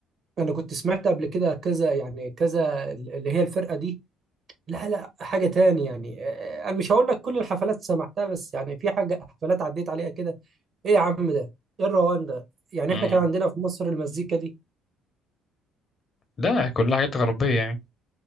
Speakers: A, on the right (about 50°); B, on the left (about 45°).
A: أنا كنت سمعت قبل كده كذا يعني كذا ال- اللي هي الفرقة دي لا لا حاجة تاني يعني آه، أنا مش هقول لك كل الحفلات سمعتها بس يعني في حاجة حفلات عديت عليها كده إيه يا عم ده إيه الروان ده يعني
B: امم
A: إحنا كان عندنا في مصر المزيكا دي
B: لا كلها حاجات غربيه يعني